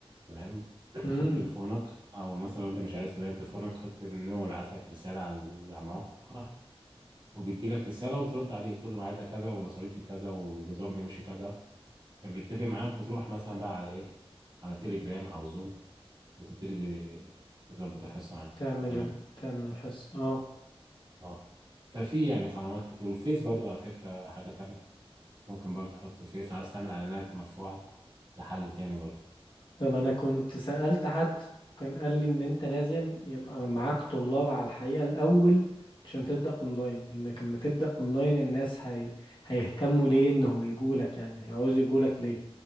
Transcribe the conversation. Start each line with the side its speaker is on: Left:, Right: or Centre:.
Right: تمام <clears throat>
Left: امم
Right: تحط تليفونك أو مثلا لو أنت مش عايز تبيع تليفونك تحط إن هو يبعت لك رسالة على الموقع وبتجي لك رسالة وبترد عليه تقول له ميعادنا كذا ومصاريفي كذا والنظام بيمشي كذا فبيتفق معاك بتروح مثلا بقى على إيه على تليجرام أو زوم وتبتدي تظبط الحصة معاه
Left: تعمل
Right: تمام
Left: ال... تعمل الحس اه
Right: اه ففي يعني قنوات كتير والفيس برضه على فكرة حاجة تانية ممكن برضه تحط الفيس لو عايز تعمل اعلانات مدفوعة لحل تاني برضه
Left: طب انا كنت سألت حد كان قال لي ان انت لازم يبقى معاك طلاب على الحقيقة الاول عشان تبدأ اونلاين لانك لما تبدأ اونلاين الناس هي... هيهتموا ليه انهم يجولك يعني هيعوزوا يجولك ليه